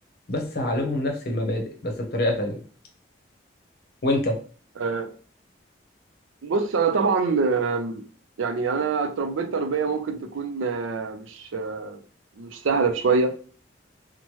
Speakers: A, on the left; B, on the right.
A: بس هعلمهم نفس المبادئ بس بطريقة تانية وانت
B: آه، بص انا طبعا آم، يعني انا اتربيت تربية ممكن تكون آه، مش آه، مش سهلة شوية